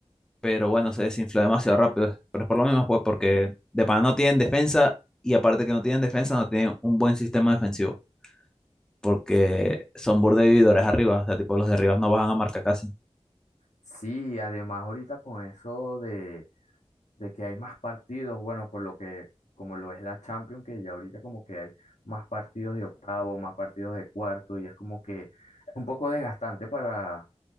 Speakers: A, in the centre; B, on the left.
A: pero bueno, se desinfló demasiado rápido. Pero es por lo mismo, pues, porque de Pana no tienen defensa y aparte que no tienen defensa, no tienen un buen sistema defensivo. porque
B: Sí,
A: son burde vividores arriba, o sea, tipo los de arriba no bajan a marca casi.
B: sí, además ahorita con eso de, de que hay más partidos, bueno, por lo que, como lo es la Champions, que ya ahorita como que hay más partidos de octavo, más partidos de cuarto, y es como que es un poco desgastante para,